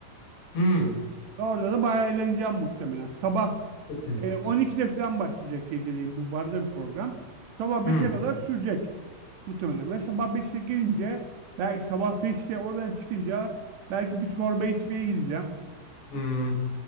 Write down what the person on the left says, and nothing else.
Hı.
Peki.
Hı.
Hı.